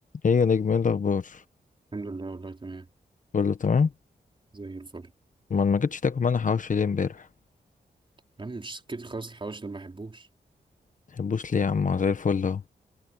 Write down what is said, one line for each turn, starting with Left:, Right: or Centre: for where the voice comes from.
Left: ايه يا نجم ايه الاخبار
Right: الحمد لله والله تمام
Left: كله تمام
Right: زي الفل
Left: ما ما جيتش تاكل معانا حواوشي ليه امبارح
Right: يا عم مش سكتي خالص الحواوشي ده ما بحبوش
Left: تحبوش ليه يا عم زي الفل اهو